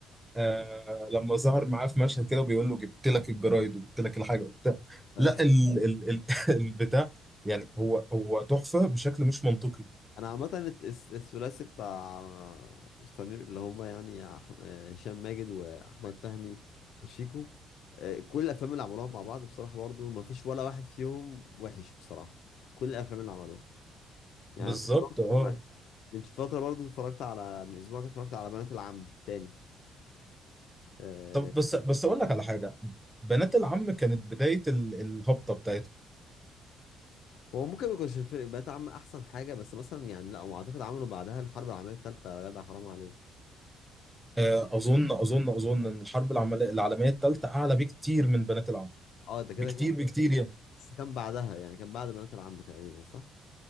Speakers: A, in the centre; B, on the left (about 65°).
A: آه لما ظهر معاه في مشهد كده وبيقول له جبت لك الجرايد وجبت لك الحاجه وبتاع
B: أيوة.
A: لا ال ال ال <laughs> البتاع يعني هو هو تحفه بشكل مش منطقي
B: انا عامه الت- الس- الثلاثي بتاع سمير اللي هم يعني أح- هشام ماجد واحمد فهمي وشيكو آه، كل الافلام اللي عملوها مع بعض بصراحه برضو ما فيش ولا واحد فيهم وحش بصراحه كل الافلام اللي عملوها يعني
A: بالظبط
B: فكرهم
A: اه
B: من واحد من فترة برضو اتفرجت على من اسبوع كده اتفرجت على بنات العم تاني آه،
A: طب بس بس اقول لك على حاجه بنات العم كانت بدايه ال الهبطه بتاعتهم
B: هو ممكن ما يكونش الفيلم- بنات العم احسن حاجة بس مثلا يعني لا هو اعتقد عملوا بعدها الحرب العالمية التالتة يا جدع حرام عليك
A: آه اظن اظن اظن ان الحرب العمالة- العالميه الثالثه اعلى بكتير من بنات العم
B: اه ده كده
A: بكتير
B: كده
A: بكتير يعني
B: بس كان بعدها يعني كان بعد بنات العم تقريبا صح؟